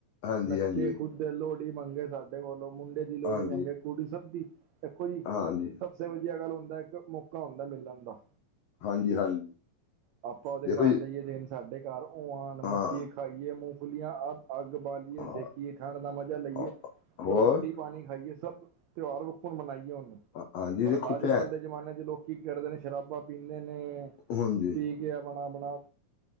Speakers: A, on the left; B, on the right.
A: ਹਾਂਜੀ
B: ਨੱਚੇ
A: ਹਾਂਜੀ
B: ਖੁਦ ਲੋਹੜੀ ਮੰਗੇ ਸਾਡੇ ਕੋਲੋਂ ਮੁੰਡੇ ਦੀ ਲੋਹੜੀ
A: ਹਾਂਜੀ
B: ਮੰਗੇ ਕੁੜੀ ਸਭ ਦੀ ਦੇਖੋ ਜੀ
A: ਹਾਂਜੀ
B: ਸਬਸੇ ਵਧੀਆ ਗੱਲ ਹੁੰਦਾ ਇੱਕ ਮੌਕਾ ਹੁੰਦਾ ਮਿਲਣ ਦਾ
A: ਹਾਂਜੀ ਹਾਂਜੀ
B: ਆਪਾਂ ਉਹਦੇ
A: ਦੇਖੋ
B: ਘਰ
A: ਜੀ
B: ਜਾਈਏ ਦੇਣ ਸਾਡੇ ਘਰ ਉਹ ਆਉਣ
A: ਹਾਂ
B: ਨੱਚੀਏ ਖਾਈਏ ਮੂੰਗਫਲੀਆਂ ਆਪ ਅੱਗ ਬਾਲੀਏ
A: ਹਾਂ,
B: ਸੇਕੀਏ ਖਾਣ ਦਾ ਮਜ਼ਾ ਲਈਏ
A: ਹਾਂ,
B: ਤਾਂ
A: ਹੋਰ
B: ਰੋਟੀ ਪਾਣੀ ਖਾਈਏ ਸਭ ਤਿਉਹਾਰ ਵੱਕੁਣ ਮਨਾਈਏ ਉਹਨੂੰ
A: ਹਾਂ- ਹਾਂਜੀ
B: ਪਰ
A: ਦੇਖੋ
B: ਅੱਜ
A: ਭੈਣ
B: ਕੱਲ੍ਹ ਦੇ ਜ਼ਮਾਨੇ ਚ ਲੋਕ ਕੀ ਕਰਦੇ ਨੇ ਸ਼ਰਾਬਾਂ ਪੀਂਦੇ ਨੇ
A: ਹਾਂਜੀ
B: ਪੀ ਕੇ ਆਪਣਾ ਆਪਣਾ